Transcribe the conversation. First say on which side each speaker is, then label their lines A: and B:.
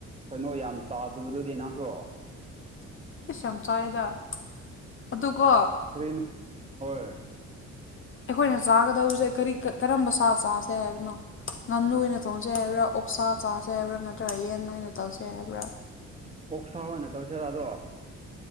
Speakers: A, on the right; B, on the left.
A: ꯀꯩꯅꯣ ꯌꯥꯝ ꯆꯥꯗꯕꯗꯨꯗꯤ ꯅꯪꯁꯨ
B: ꯏꯁ ꯌꯥꯝ ꯆꯥꯏꯌꯦꯗ ꯑꯗꯨꯀꯣ
A: ꯀꯔꯤꯟ ꯍꯣꯏ
B: ꯑꯩꯈꯣꯏꯅ ꯆꯥꯒꯗꯕꯁꯦ ꯀꯔꯤ ꯀ ꯀꯔꯝꯕ ꯁꯥ ꯆꯥꯁꯦ ꯍꯥꯏꯕꯅꯣ <unintelligible> ꯉꯥꯅꯨ ꯑꯣꯏꯅ ꯊꯣꯡꯁꯦ ꯍꯥꯏꯕ꯭ꯔꯥ ꯑꯣꯛꯁꯥ ꯆꯥꯥꯁꯦ ꯍꯥꯏꯕ꯭ꯔꯥ ꯅꯠꯇ꯭ꯔꯒ ꯌꯦꯟ ꯑꯣꯏꯅ ꯇꯧꯁꯦ ꯍꯥꯏꯕ꯭ꯔꯥ
A: ꯑꯣꯛꯁꯥ ꯑꯣꯏꯅ ꯇꯧꯁꯤꯔꯥ ꯑꯗꯣ